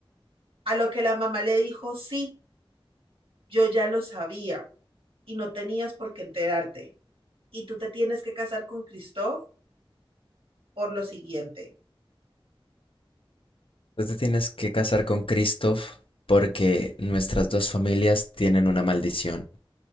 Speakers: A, on the right (about 75°); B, on the left (about 70°).
A: A lo que la mamá le dijo, sí, yo ya lo sabía y no tenías por qué enterarte. Y tú te tienes que casar con Christoph por lo siguiente.
B: Tú te tienes que casar con Christoph porque nuestras dos familias tienen una maldición.